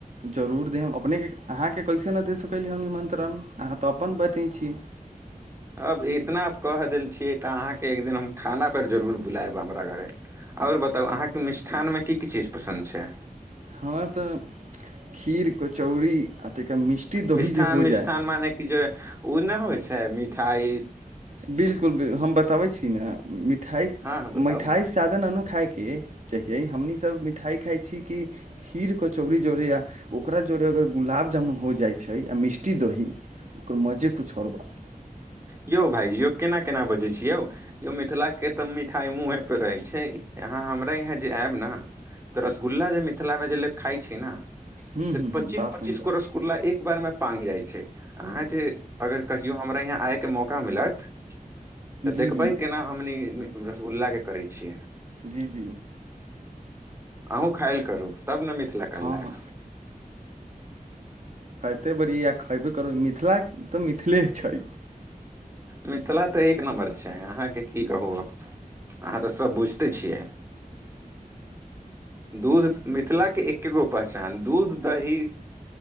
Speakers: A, on the right; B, on the right.
A: जरूर देब अपनेके अहाँके कैसे नहि दे सकैली हम निमन्त्रण अहाँ तऽ अपन बतै छी
B: अब इतना कह देल छियै तऽ अहाँके एक दिन हम खाना पर जरूर बुलायब हमरा घरे और बताउ अहाँके मिष्ठान मे की की चीज पसन्द छै
A: हँ तऽ खीर कचौड़ी आ ताहिके मिष्टी दही
B: मिष्ठान
A: जे हो
B: मिष्ठान
A: जाय
B: मने कि जे ओ नइ होइ छैय मिठाई
A: बिलकुलु हम बताबै छी न मिठाइ
B: हँ हँ बताउ
A: मिठाइ सादा न नु खाायके <unintelligible> हमनी सब मिठाइ खााय छी कि खीर कचौरी जड़े आ ओकरा जोड़े अगर गुलाब जामुन हो जाइ छै आ मिष्टी दही ओकर मजे कुछ आओर बा
B: यौ भायजी यौ केना केना बजै छी यौ यौ मिथिलाके तऽ मिठाइ मूँहे पर रहै छै अहाँ हमरा यहाँ जे आयब न त रसगुल्ला जे मिथिला मे जे लोक खाइ छै न
A: हूँ
B: से
A: हूँ हूँ
B: पचीस
A: बात
B: पच्चीस
A: सही बात
B: गो रसगुला एक बार मे पांग जाइ छै अहाँ जे अगर कहियो हमरा यहाँ आइके मौका मिलत तऽ
A: जी
B: देखबै
A: जी
B: केना हमनी रसगुल्लााक के करै छियै
A: जी जी
B: अहूँ खायल करू तब न मिथिला कहलायब
A: हँ हँ कते बड़िया खैबे करू मिथिला तऽ मिथिले छै
B: मिथिला तऽ एक नम्बर छै अहाँके की कहू अब अहाँ तऽ सब बुझते छियै दूध मिथिलाके एके गो पहचान दूध दही